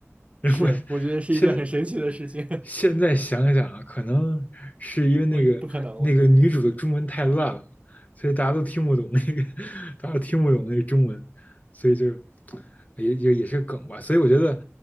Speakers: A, on the left; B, on the right.
A: 然后
B: 是，我觉得是一件很神奇的事情，
A: 现在现在想想啊，可能是因为那个那个女主的中文太烂了，
B: <laughs> 不一不可能了。
A: 所以大家都听不懂那个，<laughs> 大家都听不懂那个中文，所以就也也也是梗吧。所以我觉得，